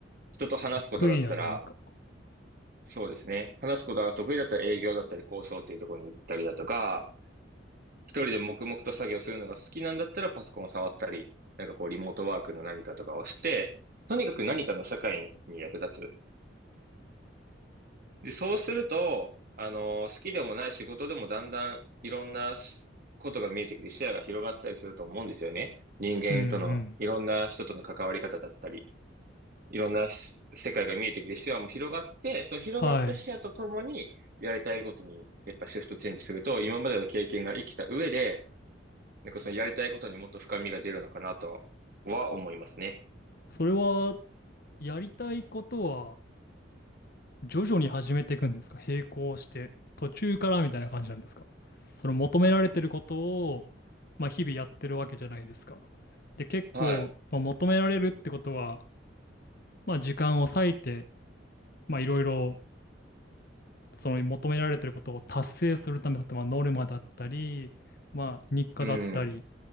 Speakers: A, on the right; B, on the left.
A: 人と話すことだったら、
B: 得意な何か。
A: そうですね。話すことが得意だったら営業だったり交渉っていうところに行ったりだとか、一人で黙々と作業するのが好きなんだったらパソコンを触ったり、なんかこうリモートワークの何かとかをして、とにかく何かの社会に役立つ。で、そうすると、あの、好きでもない仕事でもだんだんいろんなしことが見えてきて視野が広がったりすると思うんですよね。人間との、
B: うんうん。
A: いろんな人との関わり方だったり、いろんなし世界が見えてきて視野も広がって、その広がった視野とともに、
B: はい。
A: やりたいことに、やっぱシフトチェンジすると、今までの経験が生きた上で、なんかそのやりたいことにもっと深みが出るのかなとは思いますね。
B: それは、やりたいことは徐々に始めていくんですか並行して、途中からみたいな感じなんですかその求められてることを、まあ、日々やってるわけじゃないですか。で、結構、
A: はい。
B: まあ、求められるってことは、まあ、時間を割いて、まあ、いろいろその求められてることを達成するためだと、まあ、ノルマだったり、まあ、日課だったり、
A: うん。